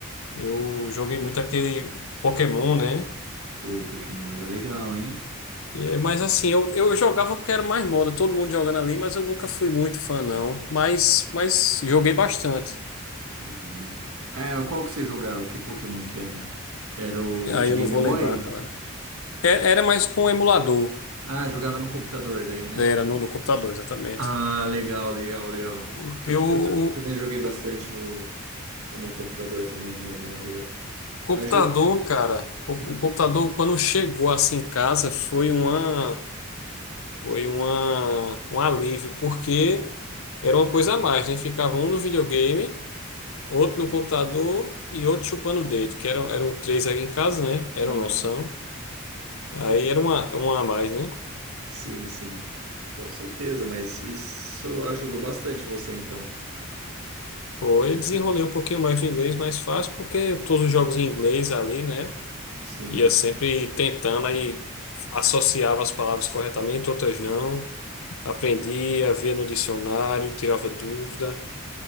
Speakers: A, on the left; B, on the right.
A: Eu joguei muito aquele Pokémon, né?
B: O Pokémon era legal, hein?
A: É, mas
B: Po- po-
A: assim, eu, eu jogava porque era mais moda, todo mundo jogando ali, mas eu nunca fui muito fã, não. Mas, mas joguei bastante.
B: Uhum. Ah, qual que você jogava? Que Pokémon que era? Era o
A: Aí
B: de
A: eu
B: Game
A: não vou
B: Boy?
A: lembrar, cara. Era, era mais com emulador,
B: Ah, jogava no computador daí, né?
A: né? Era no, no computador, exatamente.
B: Ah, legal, legal, legal.
A: Porque
B: Eu,
A: o,
B: eu t-
A: o
B: também joguei bastante no, no computador também, no emulador.
A: computador,
B: Mas jo...
A: cara, o,
B: Hum,
A: o computador, quando chegou assim em casa, foi uma, foi uma, um alívio, porque era uma coisa a mais, né? Ficava um no videogame. outro no
B: sim.
A: computador e outro chupando o dedo, que eram, eram três aí em casa, né? Eram,
B: Aham.
A: não são. Aí era uma, uma a mais, né?
B: Sim, sim, com certeza, mas isso ajudou bastante você então,
A: Foi,
B: nessa
A: desenrolei
B: época.
A: um pouquinho mais de inglês, mais fácil, porque todos os jogos em inglês ali, né?
B: Sim,
A: Ia sempre tentando, aí associava as palavras corretamente, outras não. Aprendia, via no dicionário, tirava dúvida,